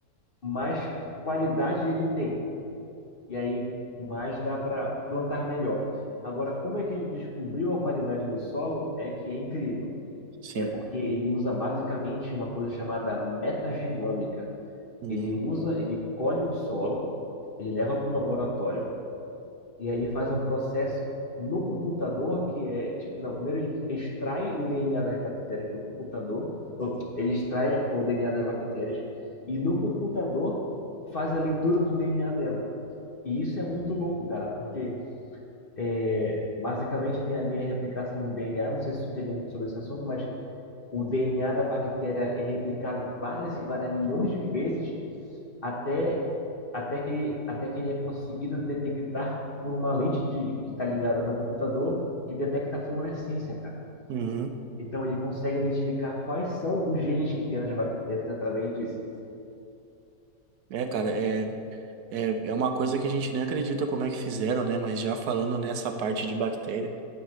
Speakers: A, on the left; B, on the right.
A: mais qualidade ele tem. e aí mais dá para plantar melhor. Agora, como é que ele descobriu a qualidade do solo? É que é incrível.
B: sim.
A: É porque ele usa basicamente uma coisa chamada metagenômica.
B: Uhum,
A: Ele usa, ele colhe o solo, ele leva para o laboratório e aí ele faz um processo no computador que é tipo, não, primeiro ele extrai o DNA das bactérias do computador, ou, ele extrai o DNA das bactérias e no computador faz a leitura do DNA dela. E isso é muito louco, cara, porque é, basicamente tem ali a replicação do DNA. Não sei se tu entende muito sobre esse assunto, mas o DNA da bactéria é replicado várias e várias milhões de vezes até, até, que, até que ele é conseguido detectar por uma lente de, que está ligada no computador que detecta a fluorescência, cara.
B: uhum.
A: Então ele consegue identificar quais são os genes que tem nas bactérias através disso.
B: É, cara, é, é, é uma coisa que a gente nem acredita como é que fizeram, né? Mas já falando nessa parte de bactéria,